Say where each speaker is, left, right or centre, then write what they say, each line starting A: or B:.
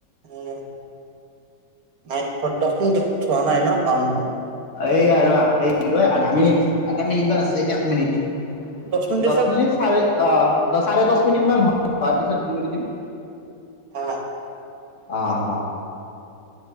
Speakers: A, on the right; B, on the left.
A: উম নাইন দহ মিনিট থোৱা নাই ন কাৰণ
B: এই আৰুৱা সেই কি কয় আধা মিনিট আধা মিনিট মান আছে এক মিনিট
A: দহ পিছত
B: দছ মিনিট চাৰে অহ দছ চাৰে দছ মিনিট মান হোৱাৰ পিছত হি কৰি দিম।
A: অ
B: অ হ'।